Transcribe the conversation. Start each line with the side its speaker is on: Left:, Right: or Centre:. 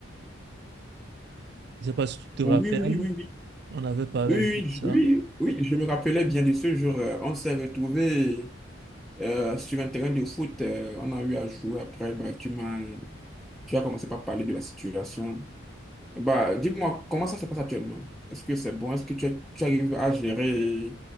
Right: Je ne sais pas si tu te rappelles,
Centre: Oui, oui, oui, oui, oui,
Right: on avait parlé
Centre: oui,
Right: un peu de ça.
Centre: oui, oui, oui, je me rappelais bien de ce jour. euh, on s'est retrouvés euh, sur un terrain de foot. euh, on a eu à jouer après. Bah, tu m'as, tu as commencé par parler de la situation. Bah, dis-moi, comment ça se passe actuellement? Est-ce que c'est bon? Est-ce que tu, as- tu arrives à gérer